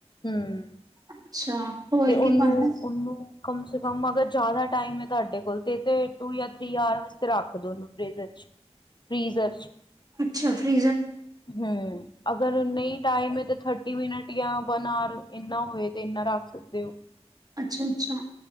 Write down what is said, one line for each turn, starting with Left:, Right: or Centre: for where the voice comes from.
Left: ਹਮ
Right: ਅੱਛਾ ਹੋਰ
Left: ਤੇ ਉਹਨੂੰ
Right: ਕੀ ਪਾਣਾ ਐ।
Left: ਉਹਨੂੰ ਕਮ ਸੇ ਕਮ ਅਗਰ ਜ਼ਿਆਦਾ ਟਾਈਮ ਹੈ ਤੁਹਾਡੇ ਕੋਲ ਤੇ ਤੇ ਟੂ ਜਾਂ ਥ੍ਰਰੀ ਆਰ ਵਾਸਤੇ ਰੱਖ ਦੋ ਫੇਜ਼ਰ ਚ ਫ੍ਰੀਜ਼ਰ ਚ,
Right: ਅੱਛਾ ਫ੍ਰਰੀਜ਼ਰ
Left: ਹੂੰ। ਅਗਰ ਨਹੀਂ ਟਾਈਮ ਹੈ ਤਾਂ ਥਰਟੀ ਮਿੰਨਟ ਜਾਂ ਵਨ ਆਰ ਇਨਾ ਹੋਵੇ ਤੇ ਇਨਾ ਰੱਖ ਸਕਦੇ ਹੋ।
Right: ਅੱਛਾ ਅੱਛਾ।